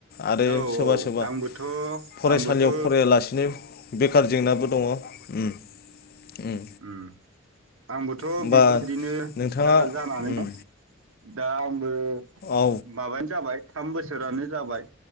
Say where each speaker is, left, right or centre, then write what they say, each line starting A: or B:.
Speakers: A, on the left (about 45°); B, on the right (about 80°).
A: आरो
B: औ
A: सोरबा
B: औ
A: सोरबा
B: आंबोथ'
A: फरायसालियाव
B: आंबोथ'
A: फरायालासिनो बेखार जेंनाबो दङ'। उम
B: ओम आंबोथ'
A: होमबा
B: बेफोरबायदिनो
A: नोंथाङा
B: दा जानानै
A: उम
B: दा आं बो
A: औ
B: माबायानो जाबाय थाम बोसोरानो जाबाय